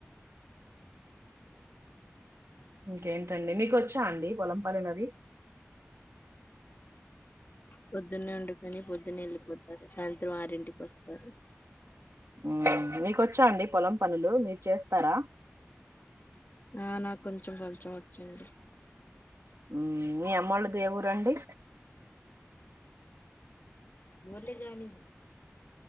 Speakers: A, on the right (about 75°); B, on the left (about 45°).
A: ఇంకేంటి అండి మీకు వొచ్చా అండి పొలం పనులు అవి
B: పొద్దున్నే వొండుకొని పొద్దున్న వెళ్ళిపోతారు సాయంత్రం ఆరింటికి వొస్తారు
A: మ్ మీకొచ్చా అండి పొలం పనులు మీరు చేస్తారా
B: ఆ నాకు కొంచెం కొంచెం వొచ్చు అండి
A: మ్ మీ అమ్మోళ్ళది ఎ ఊరు అండి
B: గుర్ల జానీ